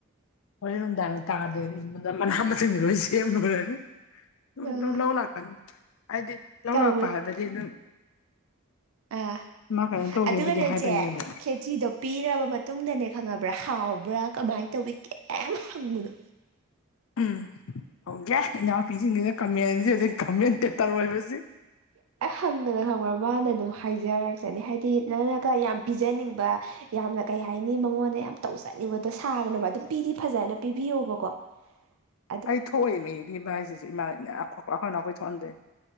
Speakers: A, on the left; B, on the right.
A: ꯍꯣꯔꯣꯏ ꯅꯨꯡꯗꯥꯡ ꯇꯥꯗꯣꯏ ꯃꯅꯥ ꯃꯁꯤꯡꯗꯤ ꯂꯣꯏ ꯁꯦꯝꯂꯨꯔꯈ꯭ꯔꯦꯅꯤ ꯑꯗꯨꯝ
B: ꯑꯥ
A: ꯂꯧ ꯂꯥꯛꯀꯅꯤ ꯍꯥꯏꯗꯤ ꯂꯧ
B: ꯇꯧꯋꯦ
A: ꯂꯥꯛꯄ ꯍꯥꯏꯕꯗꯤ ꯑꯗꯨꯝ
B: ꯑꯥ
A: ꯃꯥ ꯀꯩꯅꯣ ꯇꯧꯒꯦꯕꯨꯗꯤ
B: ꯑꯗꯨꯒꯅꯦꯆꯦ
A: ꯍꯥꯏꯕꯅꯦꯕ
B: ꯈꯦꯆꯗꯣ ꯄꯤꯔꯕ ꯃꯇꯨꯡ ꯃꯇꯨꯡꯗꯅꯦ ꯈꯪꯉꯕ꯭ꯔꯥ ꯍꯥꯎꯕ꯭ꯔꯥ ꯀꯃꯥꯏꯅ ꯇꯧꯋꯤ ꯀꯌꯥꯝ ꯍꯪꯉꯨꯅꯣ
A: ꯎꯝ ꯑꯣꯧꯒꯦ ꯏꯅꯥꯎꯄꯤꯁꯤꯡꯁꯤꯅ ꯀꯃꯦꯟꯁꯦ ꯑꯗꯨꯝ ꯀꯃꯦꯟꯇꯦ ꯇꯧꯔꯣꯏꯕꯁꯤ
B: ꯍꯪꯒ꯭ꯔꯥ ꯍꯪꯕ꯭ꯔꯥ ꯃꯥꯅ ꯑꯗꯨꯝ ꯍꯥꯏꯖꯔꯛꯆꯅꯤ ꯍꯥꯏꯗꯤ ꯅꯪꯅꯒ ꯌꯥꯝ ꯄꯤꯖꯅꯤꯡꯕ ꯌꯥꯝꯅ ꯀꯩ ꯍꯥꯏꯅꯤ ꯃꯉꯣꯟꯗ ꯌꯥꯝ ꯇꯧꯖꯅꯤꯡꯕꯗꯣ ꯁꯥꯥꯒꯅꯣꯕ ꯑꯗꯨꯝ ꯄꯤꯗꯤ ꯐꯖꯅ ꯄꯤꯕꯤꯌꯣꯕꯀꯣ <inaudible>
A: ꯑꯩ ꯊꯣꯛꯑꯦ ꯃꯤ ꯏꯃ ꯍꯥꯏꯁꯤꯁꯨ ꯏꯃꯥ ꯋꯥꯈꯜ ꯑꯩꯈꯣꯏ ꯊꯣꯛꯍꯟꯗꯦ